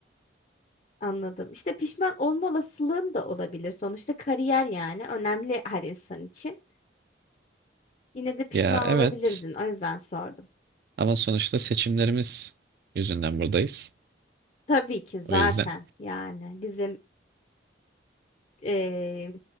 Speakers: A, on the left (about 40°); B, on the right (about 55°).
A: anladım. İşte pişman olma olasılığın da olabilir. Sonuçta kariyer yani önemli her insan için. Yine de pişman
B: Ya evet
A: olabilirdin. O yüzden sordum.
B: ama sonuçta seçimlerimiz yüzünden buradayız.
A: Tabii ki zaten
B: O yüzden
A: yani bizim eee,